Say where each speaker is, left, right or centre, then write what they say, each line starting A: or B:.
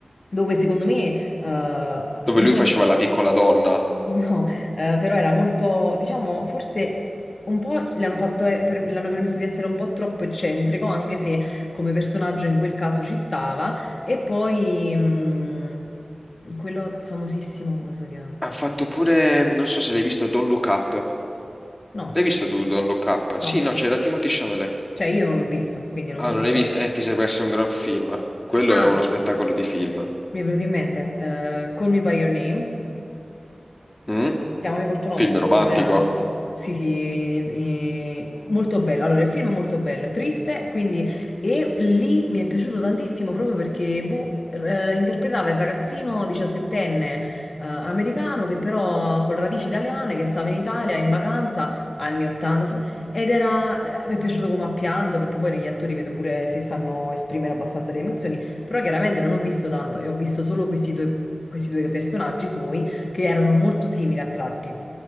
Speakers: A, on the left (about 55°); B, on the left (about 20°).
A: dove secondo me, eh,
B: dove
A: insomma,
B: lui faceva la piccola donna.
A: <laughs> no, eh, però era molto, diciamo, forse un po' l'hanno fatto, eh, per- l'hanno permesso di essere un po' troppo eccentrico, anche se come personaggio in quel caso ci stava, e poi mm, quello famosissimo, come si chiama?
B: Ha fatto pure, non so se l'hai visto, Don't Look Up.
A: No.
B: L'hai visto tu, Don't Look Up?
A: No,
B: Sì, no, c'era Timothy Chalamet.
A: Cioè, io non l'ho visto, quindi non
B: Ah,
A: so
B: non
A: chi
B: l'hai
A: c'era.
B: visto? Eh, ti sei perso un gran film. Quello
A: Ah,
B: è uno spettacolo di film.
A: mi è venuto in mente, eh, Call Me By Your Name,
B: Mm?
A: Chiamami col tuo nome,
B: Film
A: forse
B: romantico.
A: in italiano. Sì, sì, in- in- molto bello. Allora, il film è molto bello, triste, quindi... E lì mi è piaciuto tantissimo proprio perché, boh, eh, interpretava il ragazzino diciassettenne, eh, americano che però con radici italiane, che stava in Italia in vacanza, anni 80, sett- ed era... eh, mi è piaciuto come ha pianto, perché poi negli attori vedo pure se sanno esprimere abbastanza le emozioni, però chiaramente non ho visto tanto e ho visto solo questi due, questi due personaggi suoi che erano molto simili a tratti.